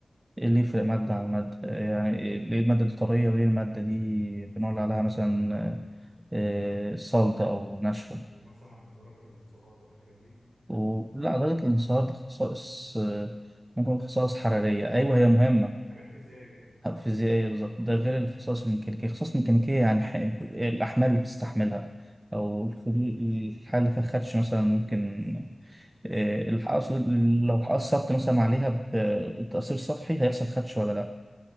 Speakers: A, on the right (about 20°); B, on the right (about 85°).
A: إيه اللي يفرق مادة
B: اه
A: عن مادة يعني إيه- ليه المادة دي طرية وليه المادة دي بنقول عليها مثلا آه، آه، صلدة أو ناشفة
B: مثلا درجه الانصهار والحاجات دي
A: ولا درجة الانصهار دي خصائص آه، ممكن خصائص حرارية
B: حاجات فيزيائيه
A: أيوة هي مهمة
B: حاجات فيزيائيه بقى
A: فيزيائية بالظبط ده غير الخصائص الميكانيكية الخصائص الميكانيكية يعني ح- الأحمال اللي بتستحملها أو الخلو- الحالة اللي فيها خدش مثلا ممكن آه، الحقص لو حقصرت مثلا عليها بتأثير سطحي هيحصل خدش ولا لا